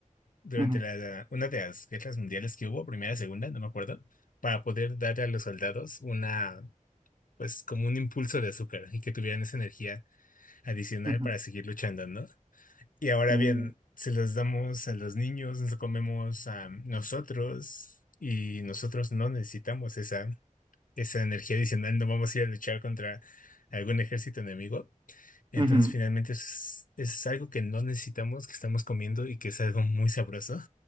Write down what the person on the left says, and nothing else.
durante
la, una de las guerras mundiales que hubo, primera, segunda, no me acuerdo, para poder darle a los soldados una, pues como un impulso de azúcar y que tuvieran esa energía adicional
para seguir luchando, ¿no? Y ahora
bien, se los damos a los niños, nos lo comemos a nosotros y nosotros no necesitamos esa, esa energía adicional, no vamos a ir a luchar contra algún ejército enemigo. Entonces,
finalmente es, es algo que no necesitamos, que estamos comiendo y que es algo muy sabroso.